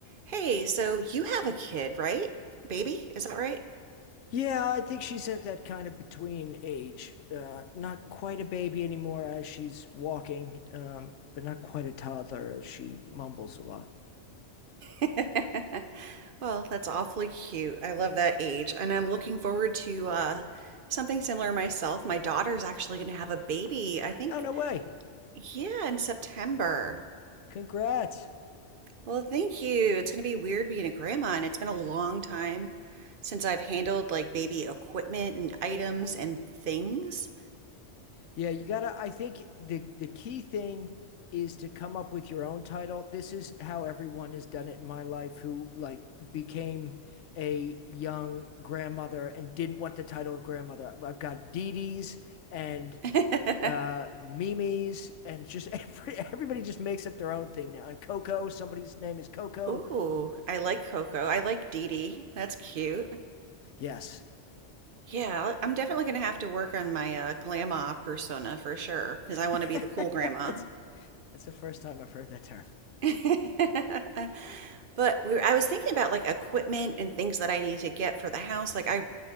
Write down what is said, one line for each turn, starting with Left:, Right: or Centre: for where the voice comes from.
Right: Hey, so you have a kid, right? Baby, is that right?
Left: Yeah, I think she's at that kind of between age. Uh, not quite a baby anymore as she's walking, um, but not quite a toddler as she mumbles a lot.
Right: <laughs> Well, that's awfully cute. I love that age, and I'm looking forward to uh, something similar myself. My daughter's actually going to have a baby, I think,
Left: Oh, no way.
Right: yeah, in September.
Left: Congrats.
Right: Well, thank you. It's going to be weird being a grandma, and it's been a long time since I've handled like baby equipment and items and things.
Left: Yeah, you gotta, I think the the key thing is to come up with your own title. This is how everyone has done it in my life who like became a young grandmother and didn't want the title of grandmother. I've got Dee Dee's and
Right: <laughs>
Left: uh Mimi's and just <laughs> every, everybody just makes up their own thing now. And Coco, somebody's name is Coco.
Right: Ooh, I like Coco. I like Dee Dee. That's cute.
Left: Yes.
Right: Yeah, I- I'm definitely gonna have to work on my uh, grandma persona for sure because
Left: <laughs>
Right: I want to be the cool grandma.
Left: that's that's the first time I've heard that term.
Right: <laughs> But we, were, I was thinking about like equipment and things that I need to get for the house. Like I,